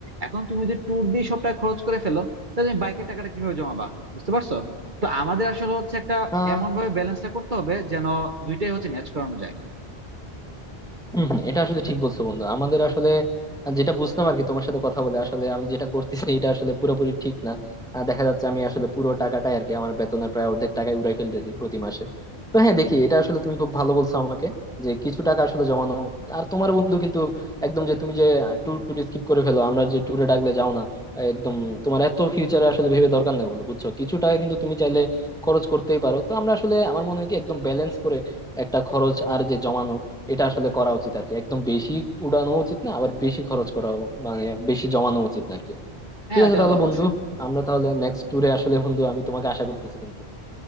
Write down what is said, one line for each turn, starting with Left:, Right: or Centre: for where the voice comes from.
Right: এখন তুমি যদি ট্যুর দিয়ে সব টাকা খরচ করে ফেলো তাহলে তুমি বাইকের টাকাটা কিভাবে জমাবা বুঝতে পারছো তো আমাদের আসলে হচ্ছে একটা
Centre: আহ
Right: এমন ভাবে ব্যালেন্সটা করতে হবে যেন দুইটাই হচ্ছে ম্যাচ করানো যায়
Centre: হম হম, এটা আসলে ঠিক বলছো বন্ধু আমাদের আসলে যেটা বুঝতাম আর কি তোমার সাথে কথা বলে আসলে আমি যেটা করতেছি এটা আসলে পুরোপুরি ঠিক না আহ, দেখা যাচ্ছে আমি আসলে পুরো টাকাটাই আর কি আমার বেতনের প্রায় অর্ধেক টাকাই উড়াই ফেলতেছি প্রতি মাসে তো হ্যাঁ দেখি এটা আসলে তুমি খুব ভালো বলছো আমাকে যে কিছু টাকা আসলে জমানো উচিত। আর তোমার বন্ধু কিন্তু একদম যে তুমি যে ট্যুর ট্যুর স্কিপ করে ফেলো আমরা যে ট্যুরে ডাকলে যাও না একদম তোমার এত ফিউচারে আসলে ভেবে দরকার নাই বন্ধু বুঝছো কিছু টাকা কিন্তু তুমি চাইলে খরচ করতেই পারো তো আমরা আসলে আমার মনে হয় কি একদম ব্যালেন্স করে একটা খরচ আর যে জমানো এটা আসলে করা উচিত আর কি একদম বেশি উড়ানো উচিত না আবার বেশি খরচ করা মানে বেশি জমানো উচিত না আর কি
Right: হ্যাঁ
Centre: ঠিক আছে
Right: এটা
Centre: তাহলে
Right: তো অবশ্যই
Centre: বন্ধু আমরা তাহলে নেক্সট ট্যুরে আসলে বন্ধু আমি তোমাকে আশা করতেছি কিন্তু